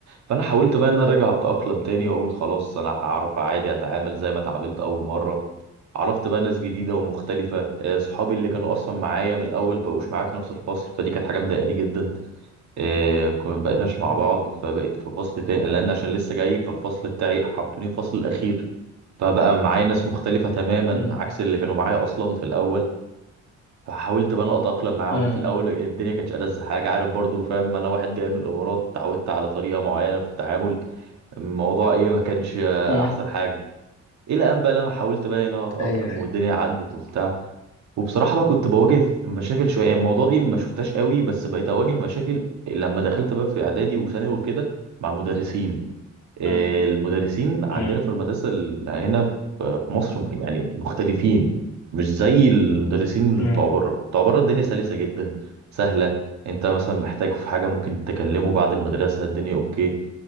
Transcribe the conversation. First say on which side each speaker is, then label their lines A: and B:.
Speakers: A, on the right; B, on the left.
A: فانا حاولت بقى ان انا ارجع اتاقلم تاني واقول خلاص انا هعرف عادي اتعامل زي ما اتعاملت اول مره عرفت بقى ناس جديده
B: أمم،
A: ومختلفه آه، صحابي اللي كانوا اصلا معايا من الاول بقوش معايا في نفس الفصل فدي كانت حاجه مضايقاني جدا آه، كنا بقيناش مع
B: أمم،
A: بعض فبقيت في فصل تاني لان عشان لسه جاي فالفصل بتاعي حطوني في الفصل الاخير فبقى معايا ناس مختلفه تماما
B: أمم،
A: عكس اللي كانوا معايا اصلا في الاول فحاولت بقى انا اتاقلم معاهم
B: أمم،
A: في الاول الدنيا كانتش ألذ حاجه عارف برضو فاهم انا واحد جاي من الامارات اتعودت على طريقه معينه في التعامل الموضوع ايه ما كانش آه،
B: أمم.
A: احسن حاجه الى ان بقى إن انا حاولت بقى ان انا اتاقلم
B: ايوه ايوه
A: والدنيا عدت وبتاع وبصراحه بقى كنت بواجه في مشاكل شويه يعني الموضوع دي ما شفتهاش قوي بس بقيت اواجه مشاكل لما دخلت بقى في اعدادي وثانوي وكده مع المدرسين آه،
B: أمم،
A: المدرسين عندنا
B: أمم،
A: في المدرسة ال- هنا في في مصر يعني مختلفين مش زي المدرسين
B: أمم،
A: بتوع بره بتوع بره الدنيا سلسة جدا سهلة انت مثلا محتاج في حاجة ممكن تكلمه بعد المدرسة الدنيا اوكي